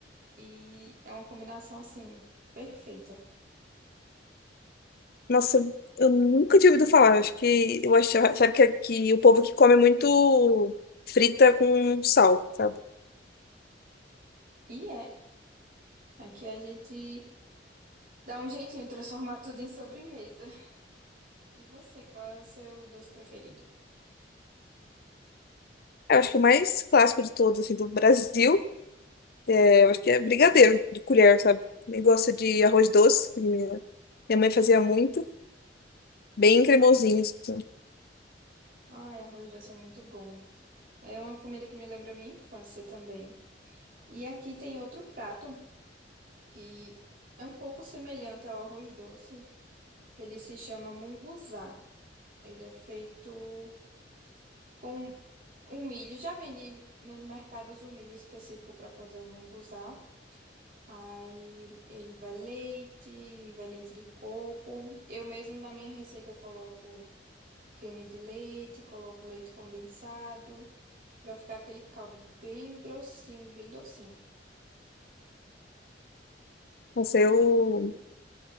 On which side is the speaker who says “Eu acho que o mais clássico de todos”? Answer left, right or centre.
Left